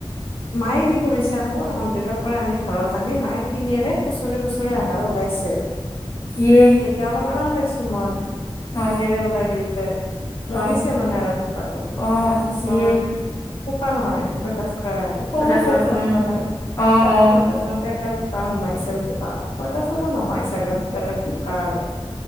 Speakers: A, on the left; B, on the left.
A: মায়ে কি কৰিছে, মন্দিৰৰ পৰা আনি ঘৰত আনি মায়ে পিননেৰে খুচৰি খুচৰি আধা ওলাইছে।
B: ইয়ে'হ।
A: তেতিয়া অলপ আৰাম পাইছো মই,
B: অ
A: পিনেৰে ওলাই দিওঁতে, মৰিছে
B: অ
A: মানে আৰু পাতো
B: অ
A: তাৰ পাছত
B: ইহ
A: পোকা নহয় পইতাচোৰা আৰু সৰু
B: পঁইতাচোৰাটো
A: বৈতাচোৰা
B: উম
A: পাই,
B: অ অ
A: পইতাচোৰা পাই তে পোকা সোমাইছিল কিবা, পইতাচোৰা নহয় চাগে বেলেগ পোকা আৰু।